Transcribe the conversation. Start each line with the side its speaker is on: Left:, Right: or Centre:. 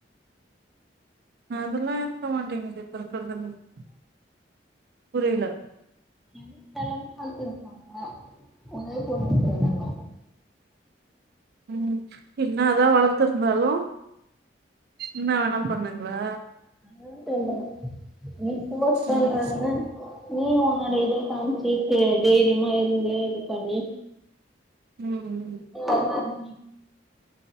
Right: அதெல்லா இர்க்க மாட்டேங்கிது <unintelligible> புரிய்ல
Centre: என்ன செல்லமா வள்த்திருப்பாங்க ஒரே <unintelligible>
Right: ம் என்ன தா வளத்துருந்தாலு என்ன வேணா பண்ணுங்ளா
Centre: அதா சொல்றே நீ ஃபோர்ஸ் பண்றாங்கன்
Right: ம்
Centre: த நீ ஒன்னோட இத காமிச்சு தெ தைரிய்மா இருந்து இது பண்ணி
Right: ம் ம்
Centre: ஆமாம்